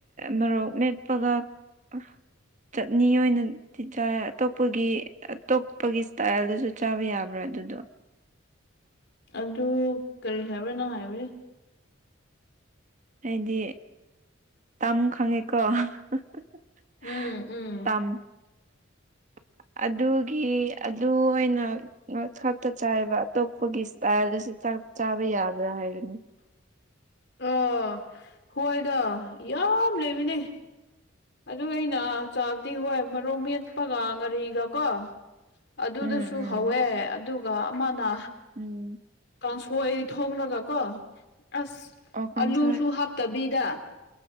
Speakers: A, on the right (about 35°); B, on the left (about 55°).
A: ꯃꯔꯣꯛ ꯃꯦꯠꯄꯒ ꯑꯍ ꯆꯠꯅꯤ ꯑꯣꯏꯅ ꯇꯤ ꯆꯥꯏ ꯑꯇꯣꯞꯄꯒꯤ ꯑꯇꯣꯞꯄꯒꯤ ꯏꯁꯇꯥꯏꯜꯗꯁꯨ ꯆꯥꯕ ꯌꯥꯕ꯭ꯔꯥ ꯑꯗꯨꯗꯣ
B: ꯑꯗꯨ ꯀꯔꯤ ꯍꯥꯏꯕ꯭ꯔꯥ ꯅꯪ ꯍꯥꯏꯕꯖꯤ
A: ꯍꯥꯏꯗꯤ ꯇꯝ ꯈꯪꯉꯦꯀꯣ ꯍ ꯍ ꯍ ꯍꯍ
B: ꯎꯝ ꯎꯝ
A: ꯇꯝ ꯍ ꯑꯗꯨꯒꯤ ꯑꯗꯨ ꯑꯣꯏꯅ ꯅꯣꯠꯁ ꯈꯛꯇ ꯆꯥꯏꯕ ꯑꯇꯣꯛꯄꯒꯤ ꯏꯁꯇꯥꯏꯜꯗꯁꯨ ꯆꯞ ꯆꯥꯕ ꯌꯥꯕ꯭ꯔꯥ ꯍꯥꯏꯕꯅꯤ
B: ꯑꯣ ꯍꯣꯏꯗꯣ ꯌꯥꯝ ꯂꯩꯕꯅꯦ ꯑꯗꯨ ꯑꯩꯅ ꯆꯥꯕꯗꯤ ꯍꯣꯏ ꯃꯔꯣꯛ ꯃꯦꯠꯄꯒ ꯉꯥꯔꯤꯒ ꯀꯣ ꯑꯗꯨꯗꯁꯨ
A: ꯎꯝ ꯎꯝ
B: ꯁꯨ ꯍꯥꯎꯋꯦ ꯑꯗꯨ ꯒ ꯑꯃꯥꯅ
A: ꯎꯝ
B: ꯀꯥꯡꯁꯣꯏ ꯊꯣꯡꯔꯒ ꯀꯣ ꯑꯁ
A: ꯑꯣ ꯀꯥꯡꯁꯣꯏ
B: ꯑꯂꯨꯁꯨ ꯍꯥꯞꯇꯕꯤꯗ